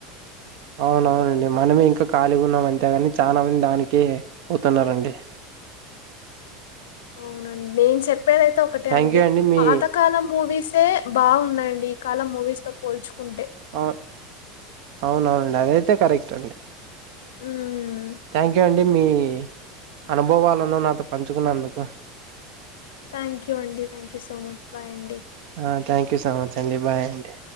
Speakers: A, on the right (about 65°); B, on the left (about 80°).
A: అవునవునండి మనమే ఇంకా ఖాళీగా ఉన్నాం అంతేగాని చాలా మంది దానినికి పోతున్నరండి
B: అవునండి నేను చెప్పేదైతే ఒకటే
A: థ్యాంక్
B: అండి
A: యూ మీ
B: పాతకాలం మూవీసే బాగున్నాయండి ఈ కాలం మూవీస్ తో పోల్చుకుంటే
A: అవ్ అవునవునండి అదైతే కరెక్ట్ అండి
B: హ్మ్.
A: థ్యాంక్ యూ అ మీ అనుభవాలను నాతో పంచుకున్నందుకు
B: థ్యాంక్ యు అండి thank you so much bye అండి
A: ఆ థ్యాంక్ యూ సో మచ్ అండి బాయ్ అండి